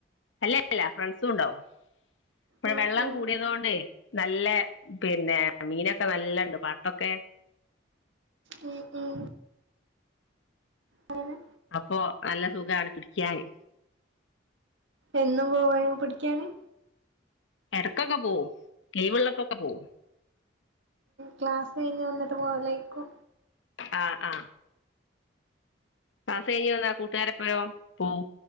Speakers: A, on the left; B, on the right.
A: അല്ലല്ല ഫ്രണ്ട്സും ഉണ്ടാവും ഇപ്പ
B: ഉം
A: വെള്ളം
B: ഉം
A: കൂടിയതൊണ്ട് നല്ല പിന്നെ മീനൊക്കെ നല്ലണ്ട് പാട്ടൊക്കെ
B: ഉം ഉം അങ്ങനെ
A: അപ്പൊ നല്ല സുഖാണ് പിടിക്കാന്
B: എന്നും പോയ പിടിക്കാന്
A: ഇടക്കൊക്കെ പോവും കൈവെള്ളപ്പൊക്കെ പോകവും
B: ക്ലാസ് കഴിഞ്ഞ് വന്നിട്ട് പോ ലൈക്കോ
A: ആഹ ആഹ ക്ലാസ്സ്‌ കഴിഞ്ഞഞ് വന്നാ കൂട്ടുകാര പോരോ പോവും